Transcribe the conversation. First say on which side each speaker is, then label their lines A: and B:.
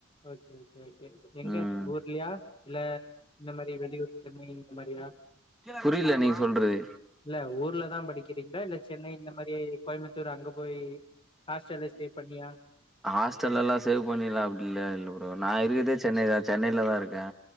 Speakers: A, on the left; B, in the centre.
A: ஓக்கே ஓக்கே ஓகே எங்க
B: ம்
A: ஊர்லியா இல்ல இந்த மாரி வெளியூர் சென்னை இந்த மாரியா
B: புரியல நீங்க சொல்றது
A: இல்ல ஊர்லதா படிக்கிறீங்ளா இல்ல சென்னை இந்த மாரி கோயம்புத்தூர் அங்க போய் ஹாஸ்ட்டல்ல ஸ்டே பண்ணியா
B: ஹாஸ்டல்லலா சேவ் பண்ணிலா அப்டிலா இல்ல ப்ரோ நா இருக்கதே சென்னைதா சென்னையிலதா இருக்கே